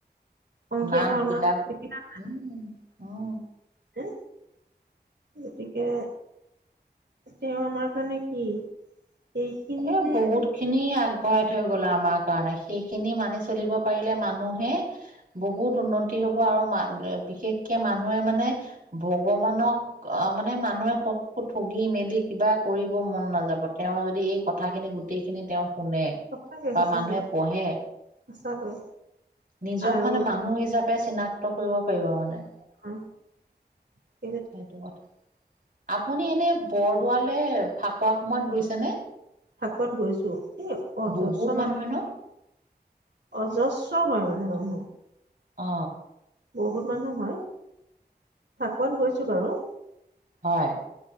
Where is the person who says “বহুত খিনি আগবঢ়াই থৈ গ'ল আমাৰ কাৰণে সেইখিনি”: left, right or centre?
Right